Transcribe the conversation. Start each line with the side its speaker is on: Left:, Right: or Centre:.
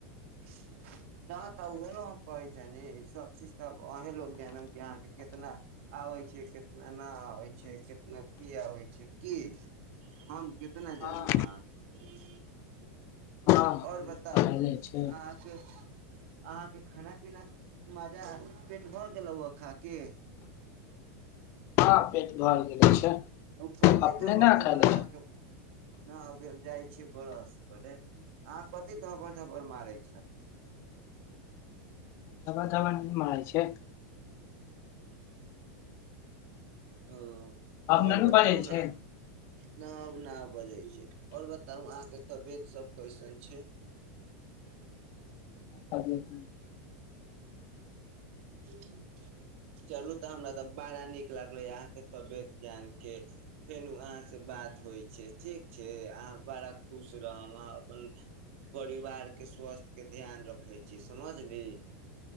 Right: छै नहि तऽ उहे ने हम कहै छिय नी सब चीज तऽ अहीं लो जानम के अहाँके केतना आबे छै केतना न आबे छै कितना की आबे छै की हम कितना
Left: हँ
Right: जानम अहाँ सब के बताउ
Left: हँ
Right: और
Left: ई
Right: बताउ
Left: तऽ हेले छै
Right: अहाँके अहाँके खाना पीना मजा पेट भर गेलहु ह खा के
Left: हँ पेट भर गेले छै
Right: ओ कथी
Left: अपने
Right: धबर
Left: न
Right: धबर
Left: खायले
Right: अहाँके
Left: छै
Right: नहि अभी हम जाइ छियै ब्रश करे अहाँ कथी धबड़ धबड़ मारै छ
Left: धबड़ धबड़ न मारे छियै
Right: जी ह तऽ
Left: अपने
Right: ओर बताउ
Left: बजै
Right: ने
Left: छै
Right: न अब न बजै छै और बताउ अहाँके तबियत सब कैसन छै
Left: तिय <inaudible>
Right: हूं हूं चलू तऽ हमरा तऽ बाड़ा नीक लागलै अहाँके तबियत जान के फेनु अहाँ से बात होइ छै ठीक छै अहाँ बड़ा खुश रहब अहाँ अपन परिवार के स्वास्थ्य के ध्यान रखे छी समझली